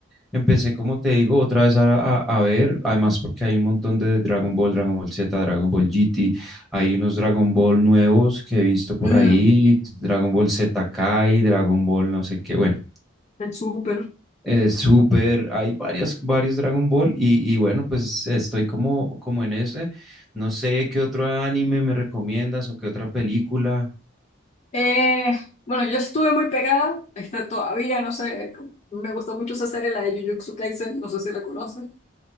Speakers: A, in the centre; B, on the left.
A: empecé, como te digo, otra vez a, a- a ver, además porque hay un montón de Dragon Ball, Dragon Ball Z, Dragon Ball GT, hay unos Dragon Ball nuevos que he visto por
B: Mm,
A: ahí, Dragon Ball Z Kai, Dragon Ball no sé qué, bueno,
B: el súper.
A: eh, Super, hay varios, varios Dragon Ball y, y bueno, pues estoy como, como en ese. No sé qué otro anime me recomiendas o qué otra película.
B: Eh, bueno, yo estuve muy pegada, está todavía, no sé, me gustó mucho esa serie, la de Jujutsu Kaisen, no sé si la conocen.